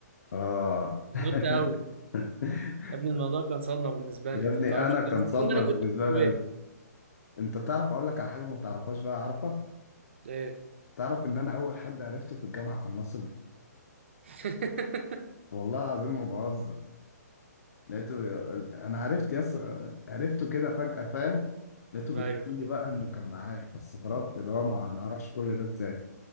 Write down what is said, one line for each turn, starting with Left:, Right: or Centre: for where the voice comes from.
Left: اه
Right: غربت قوي
Left: <laughs>
Right: يا ابني الموضوع كان صدمه بالنسبه
Left: يا
Right: لي انت
Left: ابني
Right: ما تعرفش
Left: انا
Right: ان
Left: كان صدمه
Right: إن انا
Left: بالنسبه
Right: كنت في الكويت
Left: لي أنا. انت تعرف اقول لك على حاجه ما تعرفهاش بقى عارفه
Right: ايه
Left: تعرف ان انا اول حد عرفته في الجامعه كان ناصر
Right: <laughs>
Left: والله العظيم ما بهزر لقيته بي... انا عرفت يس عرفته كده فجاه فاهم لقيته بيحكي
Right: ايوه
Left: لي
Right: ايوه
Left: بقى انه كان معايا فاستغربت اللي هو ما ما اعرفش كل ده ازاي